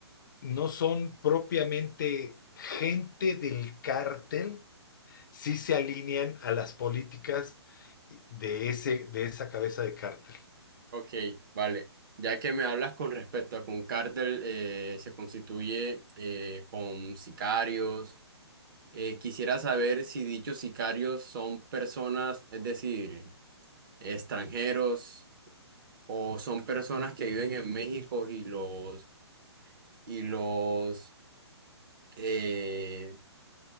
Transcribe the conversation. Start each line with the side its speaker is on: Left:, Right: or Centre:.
Left: no son propiamente gente del cártel, sí se alinean a las políticas de ese, de esa cabeza de cártel.
Right: Ok, vale. Ya que me hablas con respecto a que un cártel eh, se constituye eh, con sicarios Eh, quisiera saber si dichos sicarios son personas, es decir, extranjeros o son personas que viven en México y los y los eh,